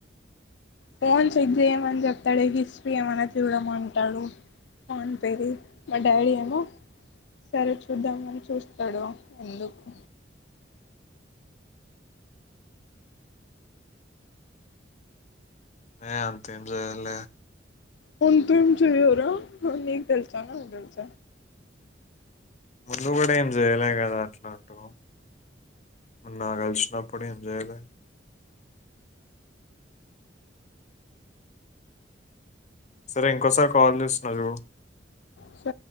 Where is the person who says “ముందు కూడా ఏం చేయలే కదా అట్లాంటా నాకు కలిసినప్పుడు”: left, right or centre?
Left